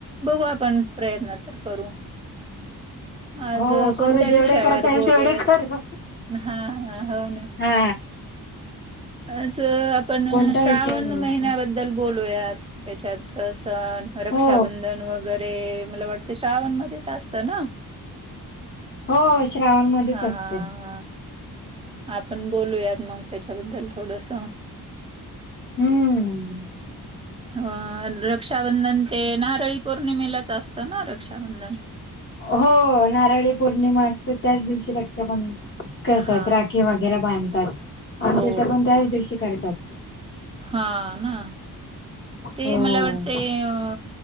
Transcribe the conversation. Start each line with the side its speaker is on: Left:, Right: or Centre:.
Right: बघू आपण प्रयत्न तर करू आज
Left: हो
Right: कोणत्या
Left: करू जेवढे
Right: विषयावर
Left: करता येईल
Right: बोलूयात
Left: तेवढे करू.
Right: हा हो ना
Left: हा
Right: आज आपण
Left: कोणता
Right: श्रावण
Left: विषय घ्यायचा?
Right: महिन्या बद्दल बूया त्याच्यात सण रक्षाबंधन
Left: हो
Right: वगैरे मला वाटत श्रावण मच असत ना
Left: हो श्रावणमध्येच
Right: हा
Left: असते
Right: हा. आपण बोलूयात मग त्याच्याबद्दल थोडस
Left: हम्म
Right: अ रक्षाबंधन ते नारळी पौर्णिमेलाच असतं ना रक्षाबंधन
Left: हो नारळी पौर्णिमा असते त्याच दिवशी रक्षाबंध करतात
Right: हा.
Left: राखी वगैरे बांधतात आणि
Right: हो
Left: जथ पण त्याच दिवशी करतात
Right: हा ना ते
Left: हो
Right: मला वाटते अ